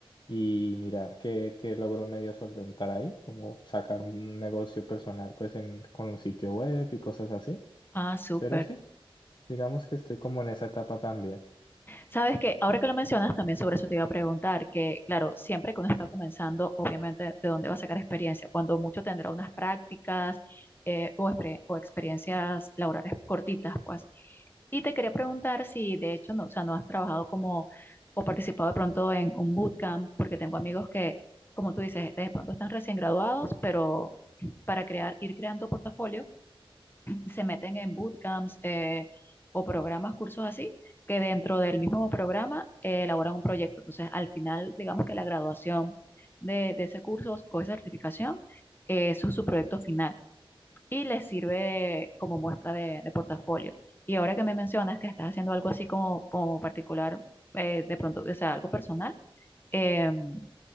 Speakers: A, on the left; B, on the left.
A: y mirar qué, qué logro medio solventar ahí, como sacar un negocio personal pues en, con un sitio web y cosas así.
B: Ah, súper.
A: Pero sí, Digamos que estoy como en esa etapa también.
B: Sabes que ahora que lo mencionas, también sobre eso te iba a preguntar, que claro, siempre que uno está comenzando, obviamente, ¿de dónde va a sacar experiencia? Cuando mucho tendrá unas prácticas eh, o, expre- o experiencias laborales cortitas, pues. Y te quería preguntar si de hecho, no, o sea, no has trabajado como o participado de pronto en un bootcamp, porque tengo amigos que, como tú dices, de pronto están recién graduados, pero para crear, ir creando portafolio se meten en bootcamps eh, o programas, cursos así, que dentro del mismo programa eh, elaboran un proyecto. Entonces, al final, digamos que la graduación de, de ese curso o esa certificación, eh, eso es su proyecto final y les sirve como muestra de, de portafolio. Y ahora que me mencionas que estás haciendo algo así como, como particular, eh, de pronto, o sea, algo personal, em,